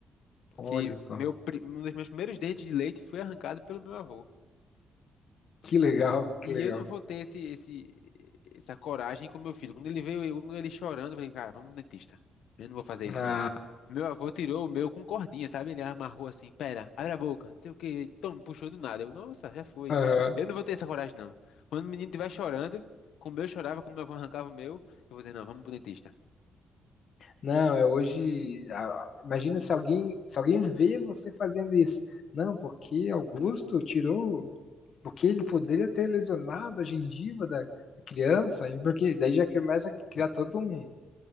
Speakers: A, on the left; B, on the left.
A: Porque
B: Olha só,
A: meu, pri- um dos meus primeiros dentes de leite foi arrancado pelo meu avô.
B: que legal,
A: E
B: que legal.
A: eu não vou ter esse, esse, essa coragem com meu filho. Quando ele veio, eu- quando ele chorando, eu falei, cara, vamos no dentista. Eu não vou fazer
B: Ah,
A: isso, não. Meu avô tirou o meu com cordinha, sabe? Ele amarrou assim, pera, abre a boca, não sei o quê. Então, me puxou do nada. Eu, nossa, já foi.
B: aham.
A: Eu não vou ter essa coragem, não. Quando o menino estiver chorando, como eu chorava, quando meu avô arrancava o meu, eu vou dizer, não, vamos pro dentista.
B: Não, é hoje. ah, Imagina se alguém, se alguém vê você fazendo isso. Não, porque Augusto tirou, porque ele poderia ter lesionado a gengiva da, da criança, e porque daí já começa a criar todo um,